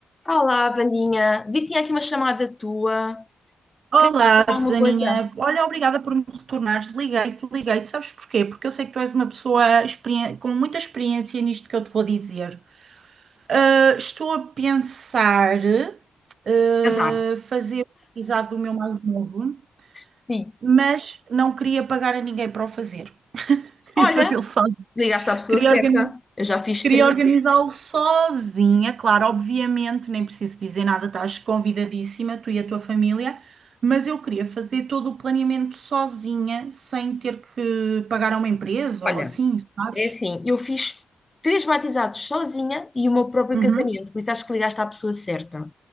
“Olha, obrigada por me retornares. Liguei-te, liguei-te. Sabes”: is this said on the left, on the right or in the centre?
Right